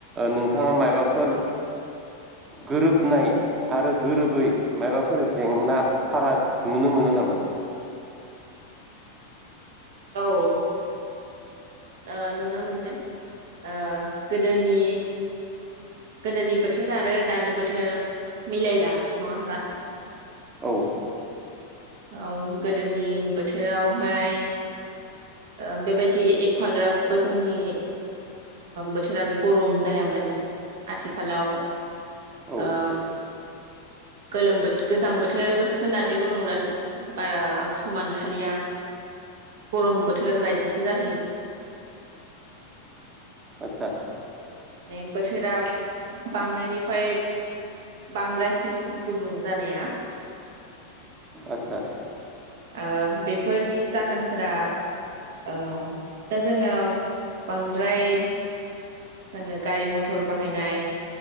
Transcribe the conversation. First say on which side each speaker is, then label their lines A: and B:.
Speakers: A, on the right (about 25°); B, on the right (about 55°).
A: नोंथांया माबाफोर गोरोबनाय आरो गोरोबै माबाफोर जेंना फाराग नुनो मोनो नामा?
B: औ ओ नुनो मोनगोन ओ गोदोनि गोदोनि बोथोर आरो दानि बोथोर मिलायला नङा होमबा?
A: औ ।
B: औ गोदोनि बोथोरावहाय ओ बेबायदि एफाग्राबबो जोंनि बोथोरा गरम जायामोन आथिखालाव
A: औ
B: ओ गोलोमो बोथो गोजां बोथोर होननानै बुङोब्लाथ' बारा समान थालिया गरम बोथोर बायदिसो जासै
A: आतसा ।
B: बे बोथोरा बांनायनिफ्राय बांगासिनो गुदुं जानाया
A: आदसा ।
B: ओ बेफोरनि जाहोनफोरा ओ दा जोङो बांद्राय जोङो गारि मथर बाहायनाय